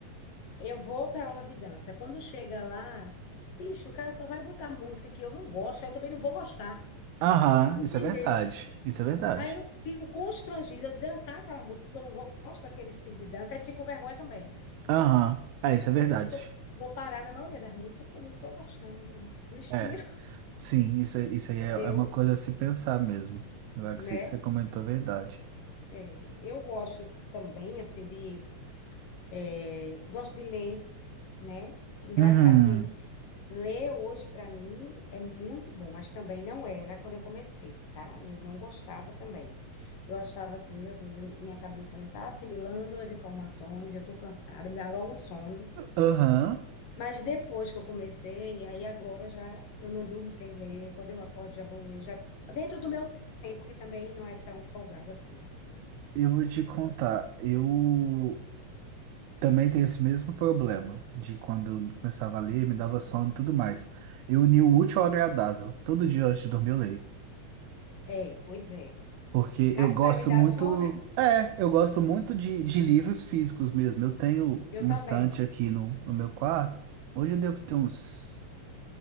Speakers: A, on the left (about 70°); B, on the right (about 85°).
A: Eu vou para aula de dança. Quando chega lá, bicho, o cara só vai botar música que eu não gosto, aí eu também não vou gostar.
B: Aham,
A: Entendesse?
B: isso é verdade. Isso é verdade.
A: Aí eu fico constrangida de dançar aquela música, porque eu não gosto daquele estilo de dança, aí fico com vergonha também.
B: Aham, é, isso é verdade.
A: Eu digo, eu vou parar na maioria das músicas, porque eu não estou gostando do, do estilo.
B: É, sim, isso, aí- isso
A: <laughs>
B: aí é,
A: Entendeu?
B: é uma coisa a se pensar mesmo. Agora
A: Né?
B: que você, que você comentou a verdade.
A: É, eu gosto também, assim, de. é, gosto de ler. né? Engraçado
B: Uhum.
A: que ler hoje para mim é muito bom, mas também não era quando eu comecei, tá? Eu não gostava também. Eu achava assim, meu Deus, minha cabeça não tá assimilando as informações, eu tô cansada, me dá logo um sono.
B: Aham,
A: Mas depois que eu comecei, aí agora já eu não durmo sem ler, quando eu acordo já vou ler, já dentro do meu tempo, que também não é tão folgado assim, né?
B: eu vou te contar. Eu. Também tem esse mesmo problema de quando eu começava a ler, me dava sono e tudo mais. Eu uni o útil ao agradável. Todo dia antes de dormir eu leio.
A: É, pois é.
B: Porque
A: Já
B: eu
A: que
B: gosto
A: vai me dar
B: muito.
A: sono,
B: É, eu gosto muito de, de livros físicos mesmo. Eu tenho
A: <laughs> eu
B: uma
A: também.
B: estante aqui no, no meu quarto. Hoje eu devo ter uns.